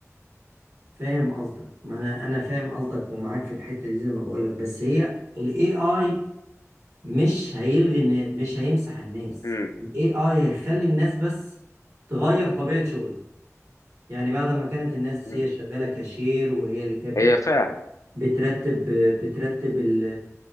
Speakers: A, on the right (about 60°); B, on the left (about 75°).
A: فاهم قصدك ما انا انا فاهم قصدك ومعاك في الحته دي زي ما بقول لك بس هي الاي اي مش هيلغي الناس مش هيمسح الناس
B: مم.
A: الاي اي هيخلي الناس بس تغير طبيعه شغلها يعني بعد ما كانت الناس
B: مم.
A: هي شغاله كاشير وهي اللي كانت
B: هي فعلا
A: بترتب بترتب ال-